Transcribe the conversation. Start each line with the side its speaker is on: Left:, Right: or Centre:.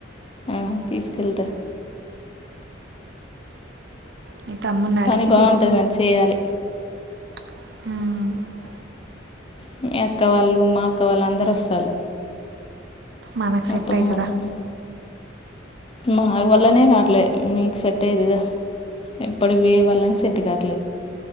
Left: ఉమ్ తీసుకెళ్తా
Right: మీ తమ్ముని అడిగి
Left: పని బాగుంటుంది మరి చేయాలి
Right: ఉమ్
Left: మీ అత్త వాళ్ళు మా అత్త వాళ్ళు అందరూ వస్తారు
Right: మనకు సెట్
Left: అత్తమ్మ
Right: ఐతదా
Left: వాళ్ళు మా వల్లనే కాట్లే నీకు సెట్ ఐతదా ఎప్పటికి పొయ్యేవలకి సెట్ కాదు